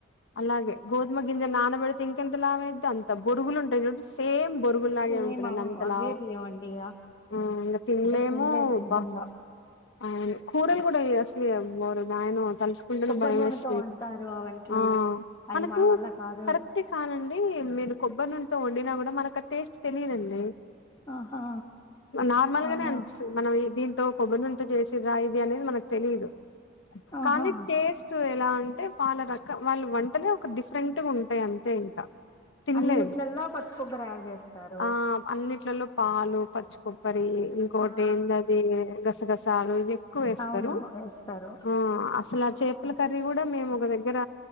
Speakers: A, on the left; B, on the left.
A: అలాగే గోధుమ గింజ నానబెడితే ఇంకెన్ అంత లావు అయితే అంత బొరుగులు ఉంటాయి సేమ్ బొరుగులాగే
B: సేమ్
A: ఉంటుదండి
B: అవును
A: అంత
B: అవే
A: లావు
B: బియ్యం అండి ఇగ
A: ఆ ఇంకా తినలేము
B: అసలు తినలేం నిజంగా
A: బా అవును కూరలు కూడా అసలు ఓరినాయనో తలుచుకుంటునే
B: కొబ్బరి
A: భయం
B: నూనెతో
A: వేస్
B: వండుతారు వంటలు
A: ఆ
B: అవి
A: మనకు
B: మన వల్ల కాదు
A: కరెక్టే కానండి మీరు కొబ్బరి నూనెతో వండిన కూడా మనకు ఆ టేస్ట్ తెలీయదండి
B: ఆహా
A: నార్మల్
B: అవునా
A: గానే అనిపిస్తుంది మనం దీంతో కొబ్బరి నూనతో చేసే రాయిది అనేది మనకు తెలీదు‌
B: ఆహా
A: కానీ టేస్ట్ ఎలా అంటే వాళ్ళ రక వాళ్ళ వంటనే ఒక డిఫరెంట్ గా ఉంటాయి అంతే ఇంకా తిన్లేము
B: అన్నిట్లలో పచ్చి కొబ్బరి యాడ్ చేస్తారు
A: ఆ అన్నిట్లలో పాలు పచ్చికొబ్బరి ఇంకోటి
B: ఆ
A: ఏందది గసగసాలు ఇవి ఎక్కువ వేస్తరు
B: అవును వేస్తారు
A: ఆ అసలు చేపల కర్రీ కూడా మేము ఒక దగ్గర